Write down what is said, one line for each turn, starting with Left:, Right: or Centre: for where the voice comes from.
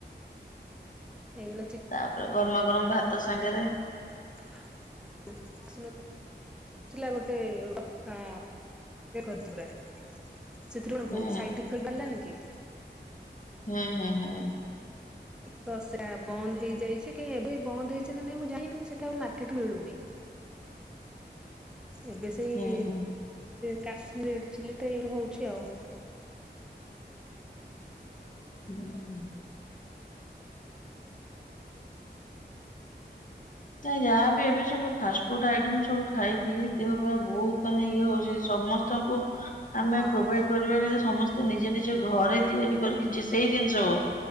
Centre: ହେଇଗଲା ଚି
Left: ତାପରେ ଗରମା ଗରମା ଭାତ ସାଙ୍ଗରେ
Centre: <inaudible> ଥିଲା ଗୋଟେ ହଁ ପା <inaudible> ସେଥିରେ କଣ
Left: ହୁଁ
Centre: ବହୁତ ସାଇଟ୍ଇଫେକ୍ଟ ବାହାରିଲାନି କି?
Left: ହୁଁ ହୁଁ ହୁଁ।
Centre: ତ ସେୟା ବନ୍ଦ ହେଇଯାଇଚି କାଇହିଁ ଏବେ ବି ବନ୍ଦ ହେଇଚି ନା ନାଇଁ ମୁଁ ଜାଣିନି ସେଇଟା ଆଉ ମାର୍କେଟରେ ମିଳୁନି। ଏବେ ସେଇ
Left: ହୁଁ ହୁଁ
Centre: କାଶ୍ମୀର ରେଡ ଚିଲ୍ଲିଟା ଏଇ ହଉଚି ଆଉ।
Left: ହୁଁ। ତ ଯାହାବି ଏବେ ସବୁ ଫାଷ୍ଟ ଫୁଡ୍ ଆଇଟମ୍ ସ ସବୁ ଖାଇକି ଦେହ ପାଇଁ ବହୁତ ମାନେ ଇଏ ହଉଚି ସମସ୍ତଙ୍କୁ ଆମେ
Centre: ହଁ ହଁ
Left: ପ୍ରୋଭାଇଡ୍ କରିବା ଗଲେ ସମସ୍ତେ ନିଜ ନିଜ ଘରେ ତିଆରି କରିକି ସେଇ ଜିନିଷ ହଉ।